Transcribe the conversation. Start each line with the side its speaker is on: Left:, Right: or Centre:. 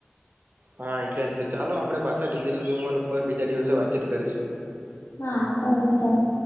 Right: હા એટલે જ તો ચાલો આપડે પાછા ડીજટલ પેમેન્ટ ઉપર બીજા દિવસે વાતચીત કરીશું
Left: હા સારું ચાલો